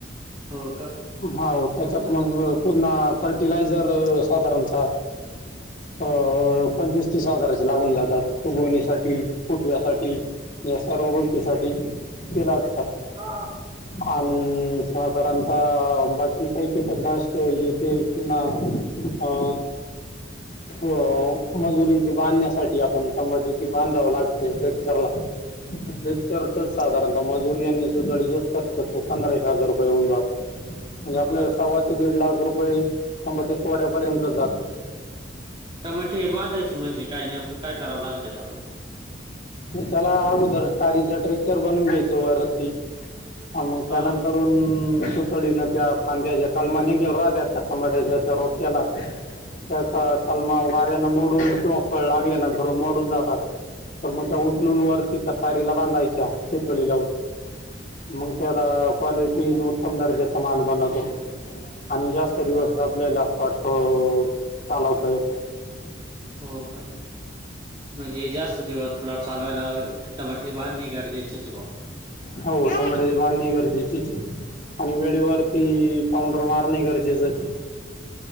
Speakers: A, on the right; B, on the left.
A: हो का?
B: हो त्याच्यात
A: हां,
B: मग पुन्हा फर्टिलायझर साधारणतः अ पंचवीस तीस हजाराचे लागून जातात फुगवणीसाठी, फुटव्यासाठी. या सर्व गोष्टीसाठी ते लाचतात
A: हां.
B: आणि
A: हो का?
B: साधारणतः बाकी काही किटक नाशके ये ते पुन्हा अ
A: <inaudible>
B: अ, मजुरी जी बांधण्यासाठी आपण संबटी ती बांधाव लागते ट्रॅक्चरला ट्रेक्टचेर च खर्चच साधारणतः मजुरी आणि सुधळीच खर्चच पंधरा एक हजार रुपये होऊन जातो म्हणजे
A: हो
B: आपल्याला
A: का?
B: सव्वा ते दीड लाख रुपये टमबाटे तोड्यापर्यंत जातात
A: टमाटे हे बांधायचे म्हणे काय नेमक काय? काय कराव लागत त्याला
B: त्याला अगोदर तारीच ट्रेक्चर बनूवून घ्यायच वरती मग त्यानंतर
A: हां,
B: कर सुतळीन त्या फांद्याच्या कालमा निघेल राहत्या त्या खांबाड्याच्या त्या रोप्याला त्या
A: हां.
B: तलमा वाऱ्याना मोडून किंवा फळ लागल्या नंतर मोडून जातात तर मग त्या
A: हो.
B: उचलून वरती तारीला बांधायच्या सुतळी लावून मग
A: हो
B: त्याला
A: का?
B: क्वालिटी उत्तम दर्जाचा माल बनवतो आणि जास्त दिवस
A: अ,
B: ज आपल्याला पाठो चालावत येतो
A: हो का, म्हणजे जास्त दिवस प्लॉट चालवायला टमाटे बांधणी गरजेचीच बुवा.
B: हो तबट्य बांधणी गरजेची चे आणि वेळेवरती पाऊंडर मारणे गरजेच चे